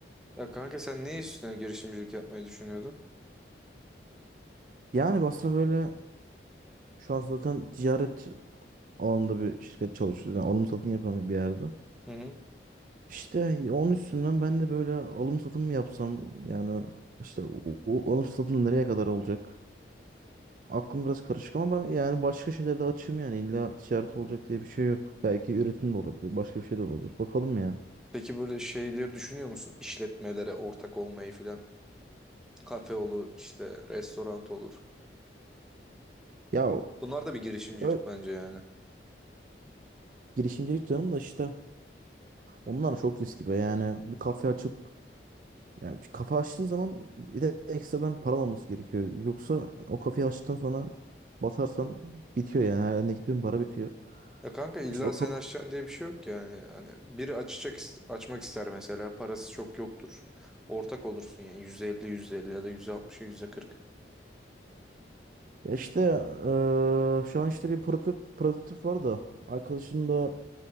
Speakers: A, in the centre; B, on the right.
A: Ya kanka sen ne üstüne girişimcilik yapmayı düşünüyordun?
B: Yani aslında böyle şu an zaten ticaret alanında bir şirket çalışıyor. Yani alım satım yapan bir yerde.
A: Hı hı.
B: İşte onun üstünden ben de böyle alım satım mı yapsam yani işte o, o alım satım nereye kadar olacak? Aklım biraz karışık ama yani başka şeyler de açığım yani illa ticaret olacak diye bir şey yok. Belki üretim de olabilir, başka bir şey de olabilir. Bakalım ya.
A: Peki böyle şeyleri düşünüyor musun? İşletmelere ortak olmayı filan. Kafe olur, işte restoran olur.
B: Ya
A: Bunlar da bir girişimcilik
B: ö-
A: bence yani.
B: girişimcilik canım da işte onlar çok riskli be yani bir kafe açıp Yani bir kafe açtığın zaman bir de ekstradan param olması gerekiyor. Yoksa o kafeyi açtıktan sonra batarsan bitiyor yani. Her elindeki bütün para bitiyor.
A: Ya kanka illa
B: İşte o kap
A: sen açacaksın diye bir şey yok yani. Hani biri açacak is- açmak ister mesela parası çok yoktur. Ortak olursun yani %50 elli ya da %60'a kırk
B: ya işte eee, şu an işte bir prototip, prototip var da arkadaşım da